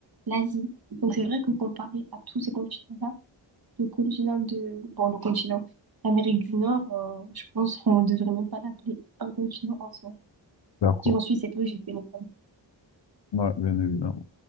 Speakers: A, on the right; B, on the left.
A: l'Asie. Donc c'est vrai que comparé à tous ces continents-là, le continent de... Bon, le continent, l'Amérique du Nord, euh, je pense qu'on ne devrait même pas l'appeler un continent en soi,
B: d'accord.
A: si on suit cette logique, bien évidemment.
B: Ouais, bien évidemment.